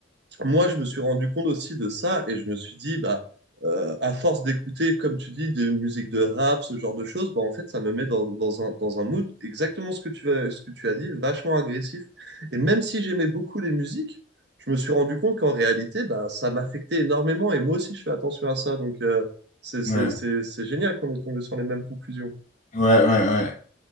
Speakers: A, on the right; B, on the left.
A: moi, je me suis rendu compte aussi de ça et je me suis dit, bah, euh, à force d'écouter, comme tu dis, des musiques de rap, ce genre de choses, bah, en fait, ça me met dans, dans un, dans un mood exactement ce que tu as, ce que tu as dit, vachement agressif. Et même si j'aimais beaucoup les musiques, je me suis rendu compte qu'en réalité, bah, ça m'affectait énormément et moi aussi, je fais attention à ça. Donc, euh, c'est c'est-
B: Ouais,
A: c'est- c'est génial qu'on ait tombé sur les mêmes conclusions.
B: ouais, ouais, ouais.